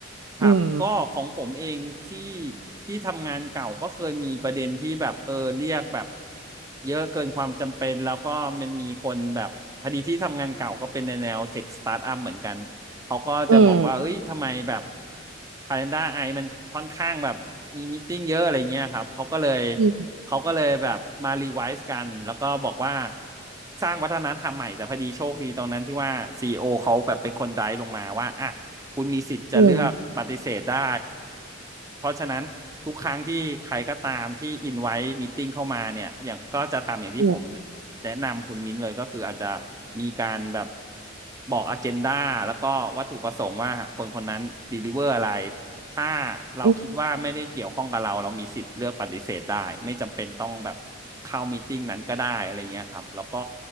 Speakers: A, on the right (about 15°); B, on the right (about 75°).
A: ครับก็ของผมเองที่
B: อืม
A: ที่ทำงานเก่าก็เคยมีประเด็นที่แบบเออเรียกแบบเยอะเกินความจำเป็นแล้วก็มันมีคนแบบพอดีที่ทำงานเก่าก็เป็นในแนวเทคสตาร์ทอัพเหมือนกันเขาก็จะบอกว่าเอ้ยทำไมแบบ
B: อืม
A: Calendar ไอมันค่อนข้างแบบมีม e e ติ้งเยอะอะไรเงี้ยครับเขาก็เลย
B: อืม
A: เขาก็เลยแบบมารีไวซ์กันแล้วก็บอกว่าสร้างวัฒนธรรมใหม่แต่พอดีโชคดีตรงนั้นที่ว่าซีอีโอเขาแบบเป็นคนไดรฟ์ลงมาว่าอ่ะ คุณมีสิทธิ์จะเลือกปฏิเสธได้
B: อืม
A: เพราะฉะนั้นทุกครั้งที่ใครก็ตามที่อินไว้มีตติ้งเข้ามาเนี่ยอย่างก็จะทำอย่างที่ผม
B: อื
A: แนะนำคุณมิ้นเลยก็คืออาจจะมีการแบบบอกอเจนดาแล้วก็วัตถุประสงค์ว่าคนคนนั้นด e ลิเวอร์อะไรถ้าเราคิดว่าไม่ได้เกี่ยวข้องกับเราเรามีสิทธิ์เลือกปฏิเสธได้ไม่จำเป็นต้องแบบเข้ามีตติ้งนั้นก็ได้อะไรเงี้ยครับแล้วก็
B: ม